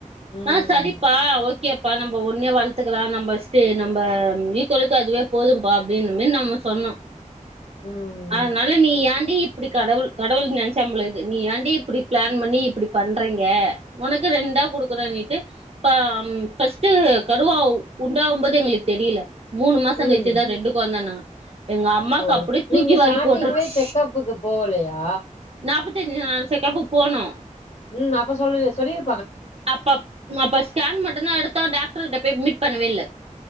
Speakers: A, on the left; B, on the right.
A: ம்
B: ஆ சரிப்பா ஓ கேப்பா நம்ப ஒன்னே வளத்துக்கலா நம்ப ஸ்டே நம்ப ஈக்கோளுக்கு அதுவே போதும்பா அப்டின்னமேரி நம்ம சொன்னோ
A: <unintelligible> ம்
B: அதனால நீ யான்டி இப்டி கடவுள் கடவுள் நென்ச்சா போலக்குது நீ யான்டி இப்டி பிளா ன் பண்ணி இப்டி பண்றீங்க ஒனக்கு ரெண்டா குடுக்குறேனி ட்டு ப ஃபஸ்ட்டு கருவா உண்டாங்கும்போது எங்களுக் தெரில மூனு மாசோ
A: ம்
B: கழ்ச்சுதா ரெண்டு கொழந்தனாங்க எங்க அம்மாக்கு
A: ஓ
B: அப்டியே தூக்கி
A: நீங்க
B: வாரி
A: ஸ்டார்டிங்லயே
B: போட்ருச்சு
A: செக்கப்புக்கு போகலையா
B: நாப்பத்தஞ்சு நாள் செக்கப்பு போனோ
A: ம் அப்ப சொல்லல சொல்லிரு
B: அப்பப் அப்ப ஸ்கேன் மட்டுந்தா எடுத்தோ டாக்டர்கிட்ட போய் மீட் பண்ணவே இல்ல